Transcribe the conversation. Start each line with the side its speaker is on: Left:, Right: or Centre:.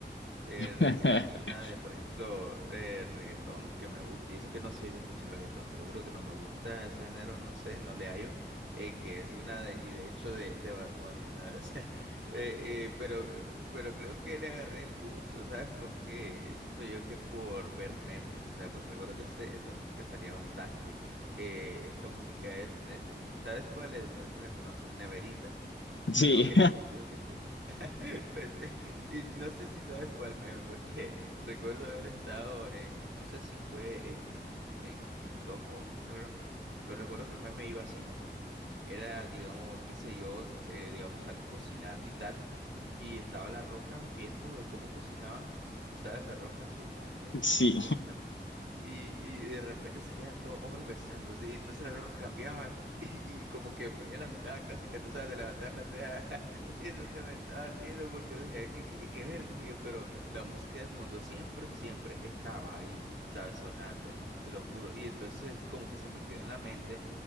Right: Eh,
Left: <laughs>
Right: re- hay una de, por ejemplo, eh, reggaetón que me gusta, y eso que no soy de escuchar reggaetón, te lo juro que no me gusta ese género, no sé, no le hallo, eh, que es una de, y de hecho de, de Bad Bunny, ¿sabes? <laughs> Eh, eh, pero, eh, p- pero creo que le agarré el gusto, ¿sabes por qué? Eh, Siento yo que por ver memes, o sea, porque recuerdo que ese- esa música salía bastante. Eh, esta música es, ne- ¿sabes cuál es? No sé si la conoces, Neverita.
Left: Sí,
Right: Fijo que sí, fijo que sí. <laughs> Pues, <laughs> y no sé si sabes cuál meme, porque <laughs> recuerdo haber estado en, no sé si fue en, en TikTok o en Instagram, pero recuerdo que el meme iba así más o menos. Era, digamos, qué sé yo, eh, digamos, alguien cocinando y tal, y estaba La Roca viendo de cómo cocinaban. Tú sabes, La Roca así, vas viendo,
Left: <laughs>
Right: tal,
Left: sí.
Right: cómo tal. Y, y de repente salían dos hombres besándose, y entonces la roca cambiaba, <laughs> y, y como que ponía la mirada clásica, tú sabes, de levantar la ceja, <laughs> y entonces me estaba riendo porque dije, ¿qué tiene que ver? Dije yo, pero la música de fondo siempre, siempre estaba ahí, ¿sabes? Sonando, te lo juro, y entonces como que se me quedó en la mente,